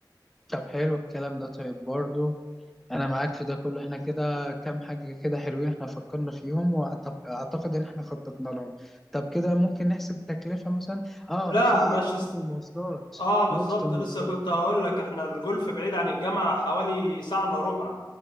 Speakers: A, in the centre; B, on the left (about 85°).
A: طب حلو الكلام ده طيب برضو انا معاك في ده كله احنا كده كام حاجه كده حلوين احنا فكرنا فيهم واعتقد ان احنا خططنا لهم طب كده ممكن نحسب تكلفه مثلا اه
B: لا
A: في
B: مانشستر
A: نقطه المواصلات
B: اه بالظبط
A: نقطه المواصلات
B: لسه كنت هقول لك احنا الجولف بعيد عن الجامعة حوالي ساعة الا ربع